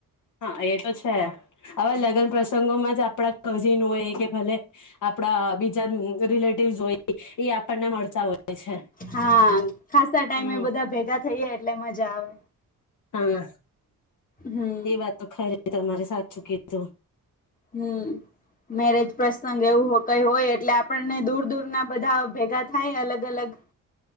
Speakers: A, on the left; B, on the left.
A: હા એ તો છે હવે લગ પ્રસંગોમાં જ આપણા કઝિન હોય કે ભલે આપડા બીજા રિલેટિવસ હોય એ આપણને મળતા હોય. છે.
B: હા ખાસા ટાઈમે
A: હમ
B: બધા ભેગા થઈએ એટલે મજા આવે.
A: હા
B: હમ
A: એ વાતો ખરી. તમારી સાચું કીધુ
B: હમ મેરેજ પ્રસંગ એવું કઈ હોય એટલે આપણને દૂર દૂર ના બધા ભેગાં થાય અલગ અલગ